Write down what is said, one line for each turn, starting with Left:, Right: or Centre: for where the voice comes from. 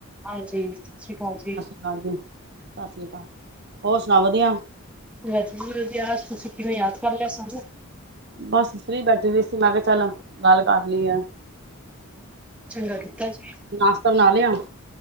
Centre: ਹਾਂਜੀ ਸਤਿ ਸ਼੍ਰੀ ਅਕਾਲ ਜੀ।
Right: ਹਾਂਜੀ, ਸਤਿ ਸ਼੍ਰੀ ਅਕਾਲ, ਹੋਰ ਸੁਣਾਔ ਵਧੀਆ।
Centre: ਯੂ ਰਤਹਾਸ ਤੁਸੀਂ ਕਿਵੇਂ ਯਾਦ ਕਰ ਲਿਆ ਸਾਨੂੰ।
Right: ਬਸ ਫ੍ਰੀ ਬੈਠੀ ਦੀ ਸੀ, ਮੈਂ ਕਿਹਾ ਚੱਲੋ ਗੱਲ ਕਰ ਲਈ ਆ।
Centre: ਚੰਗਾ ਕੀਤਾ ਜੇ
Right: ਨਾਸ਼ਤਾ ਬਣਾ ਲਿਆ,